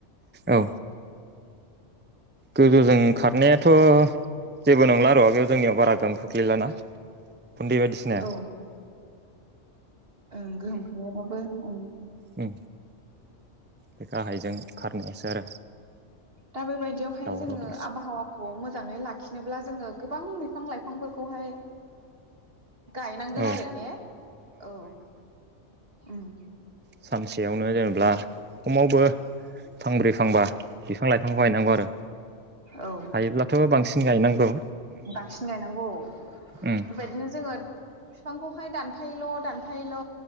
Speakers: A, on the right; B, on the right.
A: औ गोजौजों खारनायाथ' जेबो नंला र' बेयाव जोंनियाव बारा गोहोम खोख्लैलाना गुन्दै बायदिसिनाया
B: औ ओं गोहोम खोलोयाबाबो औ।
A: औ। बे गाहायजों खारनायासो आरो।
B: दा बेबायदियावहाय
A: दावराव
B: जोङो
A: दावसि
B: आबहावाखौ मोजाङै लाखिनोब्ला जोङो गोबां बिफां लाइफांफोरखौहाय। गायनांगोन
A: औ
B: आरो ने औ। उम।
A: सानसेयावनो जेन'ब्ला। खमावबो फांब्रै फांबा। बिफां लाइफांखौ गायनांगौ आरो।
B: औ
A: हायोब्लाथ' बांसिन गायनांगौ।
B: बांसिन गायनांगौ
A: उम
B: बेबायदिनो जोङो बिफांखौहाय दानफायोल' दानफायोल'